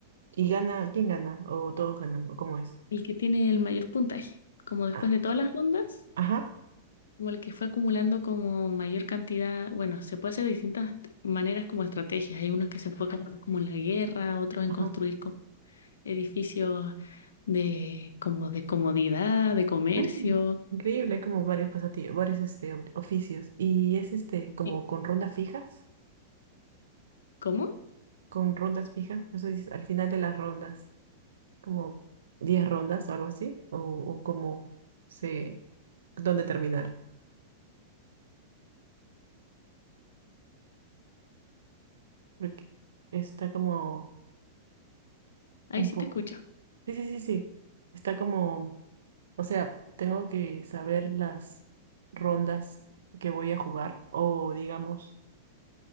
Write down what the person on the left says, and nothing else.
El que tiene el mayor puntaje, como después
de todas las rondas,
como el que fue acumulando como mayor cantidad, bueno, se puede hacer de distintas maneras como estrategias. Hay unos que se enfocan más como en la guerra, otros en
construir como edificios de como de comodidad, de comercio.
Eh,
¿Cómo?
Ahí
sí
te escucho.